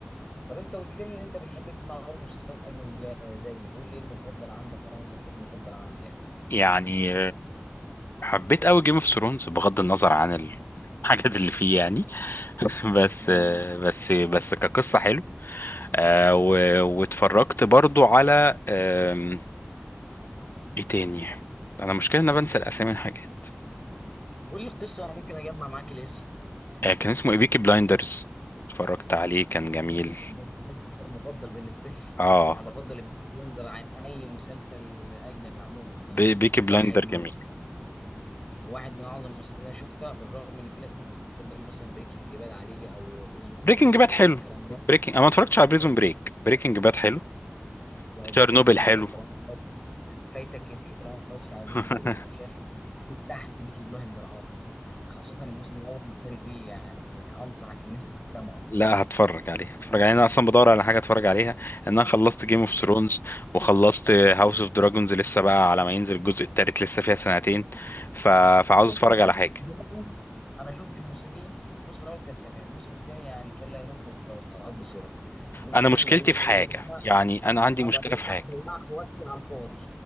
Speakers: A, on the left; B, on the left.
A: طب انت قلت لي ان انت بتحب تسمع برضه مسلسلات اجنبيه آه، زيي قول لي ايه المفضل عندك وانا اقول لك ايه المفضل عندي يعني
B: يعني حبيت قوي جيم اوف ثرونز بغض النظر عن <laughs> الحاجات اللي فيه يعني بس
A: آه،
B: بس بس كقصة حلو آه، و- واتفرجت برضو على آم، ايه تاني انا مشكلة ان انا بنسى الاسامي الحاجات
A: قول لي القصه انا ممكن اجمع معاك الاسم
B: آه، كان اسمه ايه بيكي بلايندرز اتفرجت عليه كان
A: ده
B: جميل
A: المسلسل ده المسلسل المفضل بالنسبه لي <laughs>
B: اه
A: انا بفضل البيكي بليندر عن اي مسلسل اجنبي عموما يعني
B: بي- بيكي بلايندر
A: واحد من
B: جميل
A: واحد من اعظم المسلسلات اللي انا شفتها بالرغم ان في ناس ممكن تفضل مثلا بريكنج باد عليه او بريزون
B: بريكنج
A: بريك
B: باد
A: او
B: حلو
A: الكلام ده
B: بريكنج انا ما اتفرجتش على
A: انت
B: بريزون
A: في
B: بريك بريكنج باد حلو
A: لا،
B: تشيرنوبل
A: انت فايتك كتير
B: حلو
A: طالما فايتك كتير طالما ما اتفرجتش على
B: <laughs>
A: جزء من بريك انا شايف إن بيك تحت بيكي بلايندر على طول خاصة الموسم الأول والثاني فيه يعني أنصحك إن أنت تستمعه
B: لا هتفرج عليه هتفرج عليه انا اصلا بدور على حاجه اتفرج عليها ان انا خلصت جيم اوف ثرونز وخلصت هاوس اوف دراجونز لسه بقى على ما ينزل الجزء التالت لسه فيها سنتين ف... فعاوز
A: بص
B: اتفرج
A: هاوس
B: على حاجه
A: اوف دراجون أنا شفت الموسمين الموسم الأول كان تمام الموسم الثاني يعني كان لا يمت للتوقعات بصلة موسم
B: انا مشكلتي
A: ملوش
B: في
A: أي
B: حاجه
A: لازمة
B: يعني انا عندي
A: أنا
B: مشكله
A: ضيعت
B: في حاجه
A: ضيعت وقتي على الفاضي